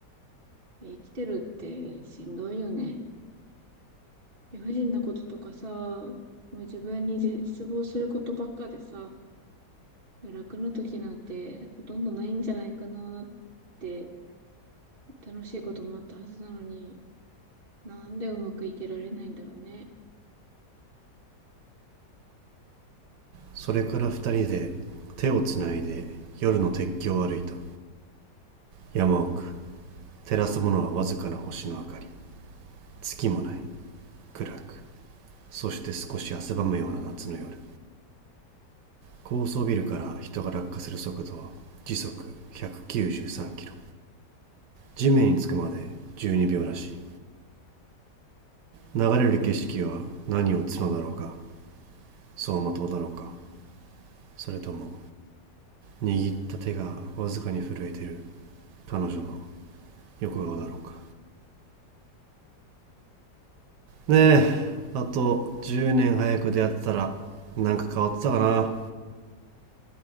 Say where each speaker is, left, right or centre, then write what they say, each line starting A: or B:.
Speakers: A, on the right; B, on the right.
A: え生きてるってしんどいよね。理不尽なこととかさ、もう自分に絶望することばっかでさ、いや楽な時なんてほとんどないんじゃないかなーって楽しいこともあったはずなのに、なんでうまくいけられないんだろうね。
B: それから二人で手をつないで夜の鉄橋を歩いた。山奥。照らすものはわずかな星の明かり。月もない。暗く。そして少し汗ばむような夏の夜。高層ビルから人が落下する速度は時速193キロ地面につくまで12秒らしい流れる景色は何を角だろうか走馬灯だろうかそれとも握った手がわずかに震えてる彼女の横顔だろうかねえあと10年早く出会ってたらなんか変わってたかな